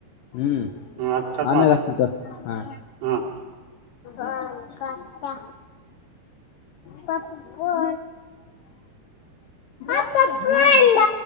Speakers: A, on the left; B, on the right.
A: ಹ್ಮ್
B: ಹ್ಮ್ ಆಯ್ತ್ ಕಟ್
A: ಆಮ್ಯಾಗಸ್ತಿತ್ತು
B: ಮಾಡ್ರಿ
A: ಹಾ.
B: ಹಾಂ
A: ಹತಾ. ಪಪ. ಅಕ್ಕಲ್ಲ.